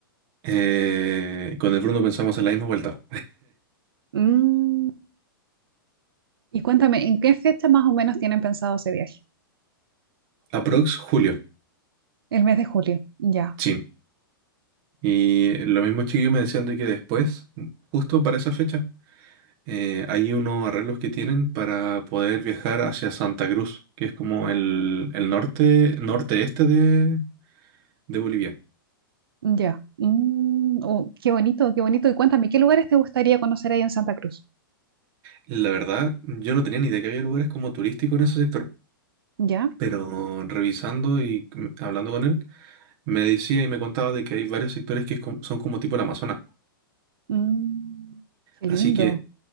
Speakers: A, on the right; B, on the right.
A: Eh, con el Bruno pensamos en la misma vuelta.
B: Mm, Y cuéntame, ¿en qué fecha más o menos tienen pensado ese viaje?
A: Aprox julio,
B: El mes de julio. Ya,
A: sí. Y lo mismo chiquillos me decían de que después, justo para esa fecha, eh, hay unos arreglos que tienen para poder viajar hacia Santa Cruz, que es como el, el norte, norte-este de, de Bolivia.
B: Ya. Mm, oh, qué bonito, qué bonito. Y cuéntame, ¿qué lugares te gustaría conocer ahí en Santa Cruz?
A: La verdad, yo no tenía ni idea que había lugares como turísticos en ese sector.
B: Ya.
A: pero revisando y m- hablando con él, me decía y me contaba de que hay varios sectores que es com- son como tipo el Amazonas.
B: Mm, qué
A: Así
B: lindo.
A: que